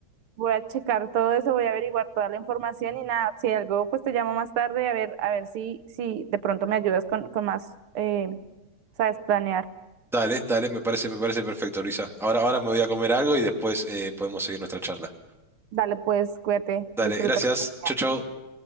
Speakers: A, on the right (about 85°); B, in the centre.
A: voy a checar todo eso, voy a averiguar toda la información y nada, si algo, pues te llamo más tarde a ver, a ver si, si de pronto me ayudas con, con más, eh, sabes, planear.
B: Dale, dale, me parece, me parece perfecto, Luisa. Ahora, ahora me voy a comer algo y después eh, podemos seguir nuestra charla.
A: Dale, pues, cuídate,
B: Dale,
A: disfruta.
B: gracias,
A: tu comida.
B: chau, chau.